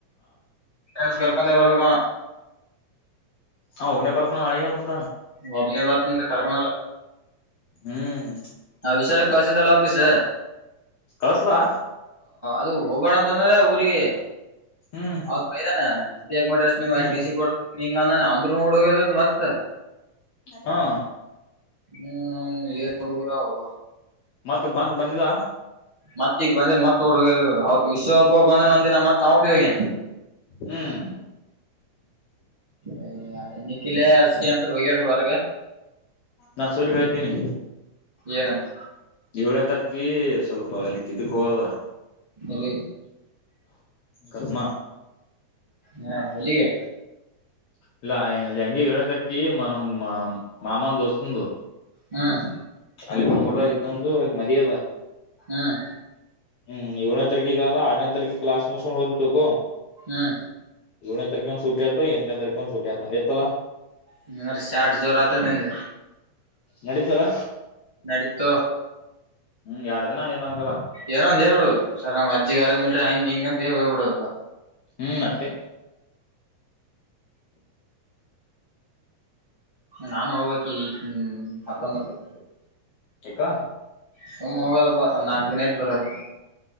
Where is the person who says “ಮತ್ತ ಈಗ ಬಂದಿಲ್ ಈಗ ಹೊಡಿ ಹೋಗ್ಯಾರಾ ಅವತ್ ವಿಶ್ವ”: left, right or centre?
Right